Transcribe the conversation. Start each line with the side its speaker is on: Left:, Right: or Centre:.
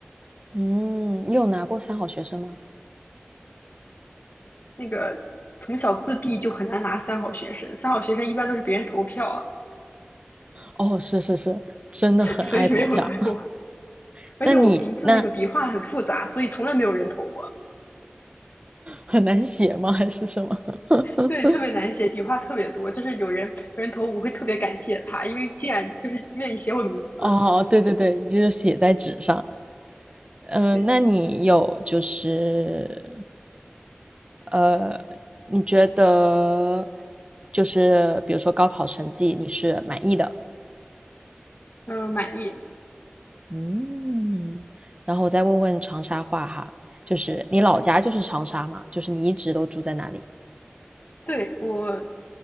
Right: 嗯，你有拿过三好学生吗？
Left: 那个从小自闭就很难拿三好学生，三好学生一般都是别人投票，
Right: 哦，是是是，真的很爱投票。
Left: <laughs> 所以没有拿过。
Right: <laughs>
Left: 而且我名字那个笔画很复杂，
Right: 那你那
Left: 所以从来没有人投我。
Right: 很难写吗？还是什么？<laughs>
Left: 对，特别难写，笔画特别多，就是有人有人投我会特别感谢他，因为既然就是愿意写我名字。
Right: 哦，对对对，就是写在纸上。嗯、
Left: 对，
Right: 那你有就是呃，你觉得就是比如说高考成绩你是满意的？
Left: 嗯、满意。
Right: 嗯，然后我再问问长沙话哈，就是你老家就是长沙嘛？
Left: 嗯，
Right: 就是你一直都住在哪里？
Left: 对，我